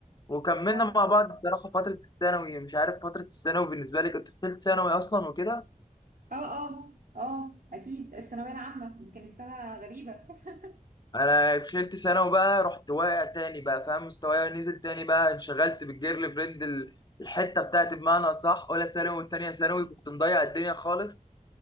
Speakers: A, on the left; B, on the right.
A: وكملنا
B: اه
A: مع بعض الصراحة فترة الثانوي مش عارف فترة الثانوي بالنسبة لي كنت في تالت ثانوي أصلا وكده
B: اه اه اه اكيد الثانويه العامه دي كانت سنه غريبه <laughs>
A: أنا دخلت ثانوي بقى رحت واقع تاني بقى فاهم مستواي نزل تاني بقى انشغلت بالجيرل فريند ال- الحتة بتاعتي بمعنى صح أولى ثانوي وتانية ثانوي كنت مضيع الدنيا خالص